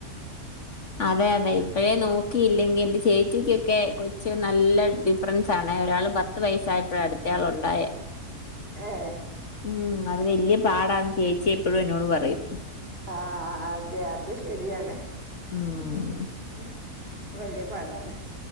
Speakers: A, on the left; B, on the right.
A: അതെ അതെ ഇപ്പഴേ നോ ക്കിയില്ലെങ്കിൽ എന്റെ ചേച്ചിക്കൊക്കെ കൊച്ച നല്ല ഫറൻസ് ആാണ് ഒരാൾ പത്ത് വയസ്സായപ്പോഴ അടുത്ത ആളുണ്ട് ഉണ്ടായെ
B: ഏ
A: ഉം അത് വല്ല്യ പാടാന്ന് ചേച്ചി. എപ്പോഴും എന്നോട് പറയും
B: ആഹ അതെ അത് ശരിയാണ്.
A: ഉം
B: <unintelligible> വലിയ പാടാണ്